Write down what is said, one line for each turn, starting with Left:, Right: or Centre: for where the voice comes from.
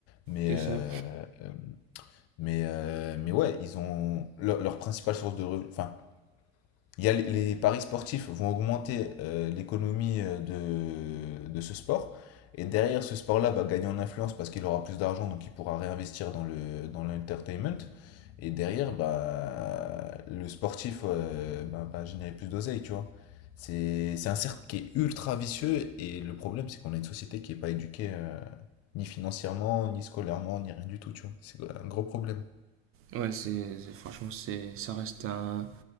Left: Mais,
Right: C'est ça.
Left: euh, euh, mais, euh, mais ouais, ils ont leur, leur principale source de revenus. Enfin, il y a les, les paris sportifs vont augmenter euh, l'économie euh, de, de ce sport. Et derrière, ce sport-là va gagner en influence parce qu'il aura plus d'argent, donc il pourra réinvestir dans le, dans l'entertainment. Et derrière, bah, le sportif euh, bah, va générer plus d'oseille, tu vois. C'est, c'est un cercle qui est ultra vicieux et le problème, c'est qu'on a une société qui n'est pas éduquée euh, ni financièrement, ni scolairement, ni rien du tout, tu vois. C'est un gros problème.
Right: Ouais, c'est, c'est- franchement, c'est, ça reste un,